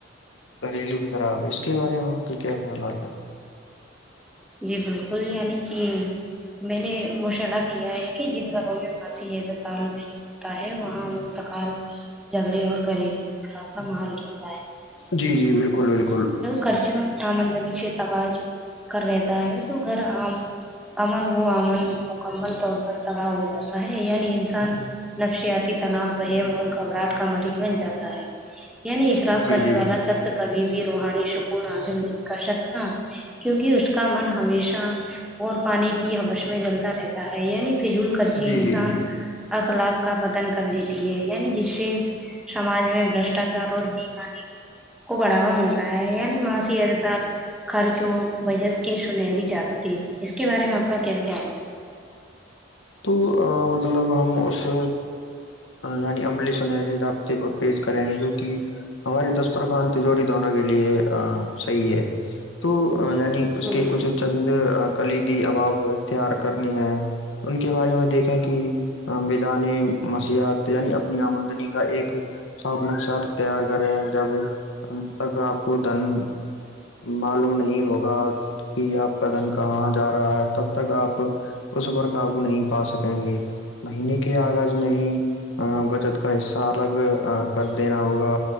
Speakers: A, on the left; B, in the centre.
A: گھریلو بھی طراب اس کے بارے میں آپ کے کیا خیالات ہیں
B: جی بالکل نہیںی عنی کہ میں نے مشورہ کیا ہے کہ جن گھروں میں باسی ہےتکال ہوتا ہے وہاں مستقال جھگڑے اور گریر کا ماحول رہتا
A: جی جی بالکل بالکل
B: خرچ آامدنی شتواہج کر رہتا ہے تو گھر آام امن و امن مکمل طور پر تباہ ہو جاتا ہے یعنی انسان نفسیاتی تناؤ بہم اور گھبراہٹ کا مریض بن جاتا ہے یعنی اشراف
A: جی
B: کرنے
A: جی
B: والا شخص کبھی بھی روحانی سکون حازل نہیں کر سکتا کیونکہ اس کا من ہمیشہ اور پانی کی ہش میں جلتا رہتا ہے یعنی فضول خرچی
A: جی
B: انسان
A: جی جی
B: اخلاق کا پتن کر دیتی ہے یعنی جس سے سماج میں بشٹاچار اور بانی کو بڑھاوا ملتا ہے یعنی ماسیدتال خرچوں بجت کے سنہری جگتی اس کے بارے میں آپ کا کیا خیال ہے
A: تو مطلب ہم اس یعنی عملی سنہرے رابطے پر پیچ کریں گے جو کہ ہماراری دسترخوان تجوری دوروں کے لیے صحیح ہے تو یعنی
B: ہے
A: اس کے
B: جی
A: کچھ چند کلیدی اباب اختیار کرنے ہیں ان کے بارے میں دیکھیں کہ میدان مسیحت یعنی اپنی آمد کا ایک ساپ نقشا تار کرے ہیں جب ات کا آپ دن معلوم نہیں ہوگا کہ آپ کا دن کہاں جا رہا ہے تب تک آپ اس پر قابو نہیں پا سکیں گے مہینے کے آغاز میں ہی بچت کا حصہ الگ کر دینا ہوگا